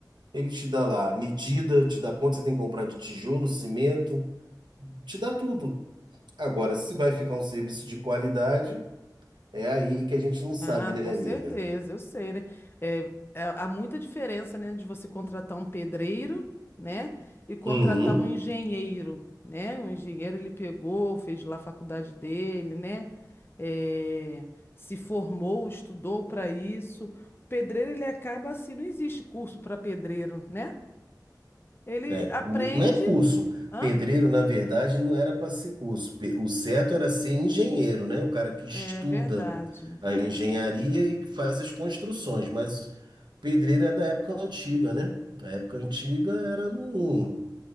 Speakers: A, on the right; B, on the left.
A: ele te dá lá a medida, te dá quanto você tem que comprar de tijolo, cimento, te dá tudo. Agora, se vai ficar um serviço de qualidade. É aí que a gente não sabe,
B: Ah,
A: né,
B: com
A: amiga?
B: certeza, eu sei, né? É, é, há muita diferença, né, de você contratar um pedreiro, né, e contratar
A: Uhum.
B: um engenheiro, né? O engenheiro ele pegou, fez lá a faculdade dele, né? É, se formou, estudou para isso. O pedreiro ele acaba assim, não existe curso para pedreiro, né? Ele
A: É, cu-
B: aprende,
A: Não é curso.
B: hã?
A: Pedreiro, na verdade, não era para ser curso. Pe- O certo era ser engenheiro, né? O cara que estuda
B: É verdade.
A: a engenharia e que faz as construções. Mas pedreiro é da época antiga, né? Na época antiga era no...